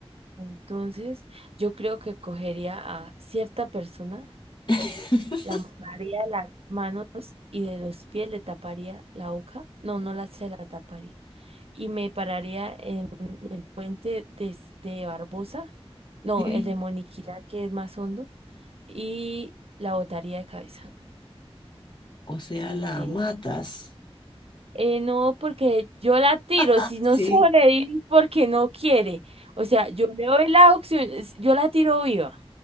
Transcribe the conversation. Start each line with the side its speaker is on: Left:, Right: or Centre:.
Right: Entonces, yo creo que cogería a cierta persona,
Left: <laughs>
Right: la amarraría de las manos y de los pies, le taparía la boca, no, no la se la taparía, y me pararía en el puente de, de Barbosa, no,
Left: Sí,
Right: el de Moniquirá, que es más hondo, y la botaría de cabeza,
Left: o sea,
Right: literal.
Left: la matas.
Right: Eh, no, porque yo la tiro,
Left: <laughs>
Right: si no
Left: Sí,
Right: <laughs> sobrevive, porque no quiere. O sea, yo le doy la opción, es- yo la tiro viva.